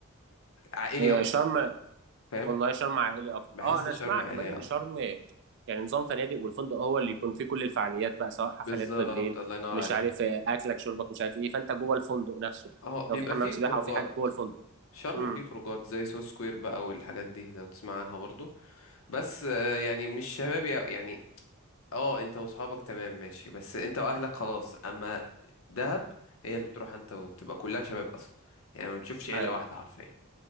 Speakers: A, on the left; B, on the right.
A: عائلي
B: آه،
A: اكتر
B: شرم
A: فاهم
B: والله شرم عائلي اكتر
A: بحس
B: اه انا
A: شرم
B: اسمع
A: عائليه
B: كمان ان
A: اكتر
B: شرم يعني نظام فنادق والفندق هو اللي يكون فيه كل الفعاليات بقى سواء حفلات
A: بالظبط
B: بالليل
A: الله ينور
B: مش
A: عليك
B: عارف آه، اكلك شربك مش عارف ايه فانت جوه الفندق نفسه
A: اهو
B: لو
A: بيبقى
B: في حمام
A: فيه
B: سباحه
A: خروجات
B: او في حاجه جوه الفندق
A: شرم
B: امم
A: فيه خروجات زي سو سكوير بقى والحاجات دي لو تسمع عنها برضو بس آه، يعني مش شبابي أوي. يعني اه انت وصحابك تمام ماشي بس انت واهلك خلاص اما دهب هي اللي بتروح انت وبتبقى كلها شباب اصلا يعني ما بتشوفش عيله
B: ايوه
A: واحده حرفيا